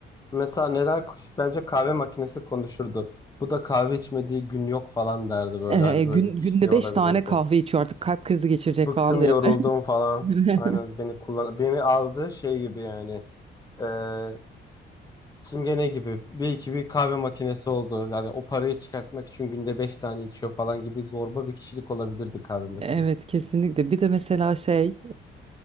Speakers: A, on the left; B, on the right.
A: Mesela neler bence kahve makinesi konuşurdu. Bu da kahve içmediği gün yok falan derdi böyle
B: Eee,
A: hani böyle
B: gün,
A: bir kişiliği
B: günde beş
A: olabilirdi.
B: tane kahve içiyor artık kalp krizi geçirecek
A: Bıktım
B: falan diyor.
A: yoruldum falan.
B: <laughs>
A: Aynen beni kullan beni aldı şey gibi yani eee çingene gibi bir iki bir kahve makinesi oldu. Yani o parayı çıkartmak için günde beş tane içiyor falan gibi zorba bir kişilik olabilirdi kahve makinesi.
B: Evet kesinlikle. Bir de mesela şey